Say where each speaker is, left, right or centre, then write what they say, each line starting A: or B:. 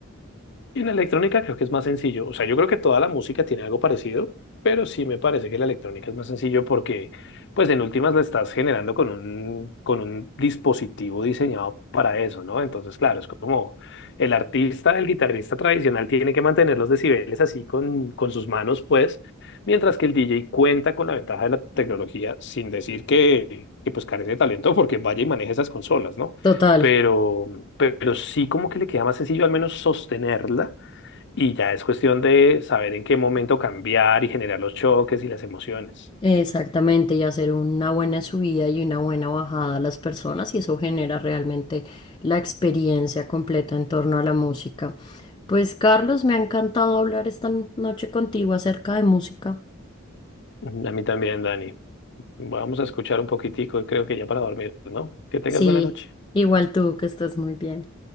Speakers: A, on the left; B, on the left.
A: Y en la electrónica creo que es más sencillo. O sea, yo creo que toda la música tiene algo parecido, pero sí me parece que la electrónica es más sencillo porque, pues, en últimas la estás generando con un, con un dispositivo diseñado para eso, ¿no? Entonces, claro, es como el artista, el guitarrista tradicional tiene que mantener los decibeles así con, con sus manos, pues, mientras que el DJ cuenta con la ventaja de la tecnología, sin decir que, que pues, carece de talento porque vaya y maneje esas consolas, ¿no?
B: Total.
A: Pero, pero sí como que le queda más sencillo al menos sostenerla y ya es cuestión de saber en qué momento cambiar y generar los choques y las emociones.
B: Exactamente, y hacer una buena subida y una buena bajada a las personas, y eso genera realmente la experiencia completa en torno a la música. Pues Carlos, me ha encantado hablar esta noche contigo acerca de música.
A: Ujú, A mí también, Dani. Vamos a escuchar un poquitico y creo que ya para dormir, ¿no? Que tengas
B: Sí,
A: buena noche.
B: igual tú, que estés muy bien.